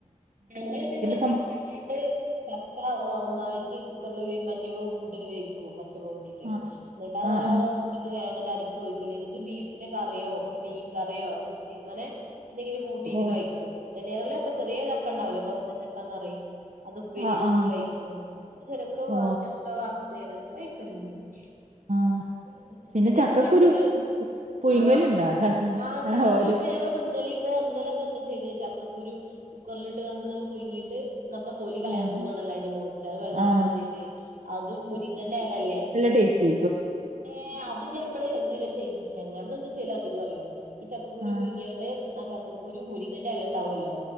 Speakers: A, on the right; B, on the right.
A: ചക്ക
B: സം
A: ഇട്ടാണ്ട് ചക്ക ഒന്നായ്റ്റ് കുക്കർല് വേം മഞ്ഞളും ഉപ്പുട്ടണ് വേവിക്കും, പച്ചൊമളകൂട്ട്ട്ട്.
B: ആ
A: ഇന്ന്ട്ടത്
B: ആ
A: നല്ലോണം
B: ആ ആ
A: ച്ച്ട്ട് ഞാനയ്ന്റെ അരപ്പൊയ്ക്കല്, എന്നിട്ട് ബീഫിന്റെ കറിയോ, മീൻ കറിയോ ഇങ്ങനെ എന്തെങ്കിലും കൂട്ടിട്ട്
B: ഓ
A: കഴിക്കും. <unintelligible> ചെറ്യേ ചക്കണ്ടാവൂലേ, കൊത്തൻ ചക്കാന്ന് പറയും. അത് ഉപ്പേരിയാക്കി
B: ആ ആ
A: കഴിക്കും. പിന്നെ <unintelligible> ചക്ക വറുത്ത്
B: ഓ
A: അങ്ങനൊക്കെ കഴിക്കല്ണ്ട്. <inaudible>
B: ആ
A: ഇതു
B: പിന്നെ
A: വരേപ്പ
B: ചക്കക്കുരു
A: ചക്കല്
B: പുഴുങ്ങലുണ്ടോ
A: ആഹ്, ആഹ് ചക്കക്കുരുപ്പൊ
B: ആ, ഒരു
A: ഞങ്ങള്പ്പ ഇന്നലിം ഇപ്പെ ഇന്നലെപ്പ എന്ത ചെയ്തെ, ചക്കക്കുരു കുക്കർല്ട്ട് നന്നായ് പുഴുങ്ങീട്ട് ഇന്നപ്പ തൊലി കളയാൻ
B: ആഹ്
A: സുഖാണല്ലൊ അയ്ന്റെ മോൾത്തെ. അത് കൾഞ്ഞ്ട്ടെന്തെയ്ത്,
B: ആഹ്
A: അതും മുരിങ്ങന്റെലല്ലേ
B: ടേസ്റ്റേ
A: ഏഹാ അത് ഞാൻ ഇപ്പള് ഇത് വരേ ചെയ്തിട്ടി എ ഞമ്മളെന്ത ചെയ്യല് അധികറ്യോ, ഈ ചക്കക്കുരു
B: ആഹ്
A: പുയ്ങ്ങ്യാണ്ട്, ആ ചക്കക്കുരു മുരിങ്ങന്റെല ണ്ടാവൊല്ലോ.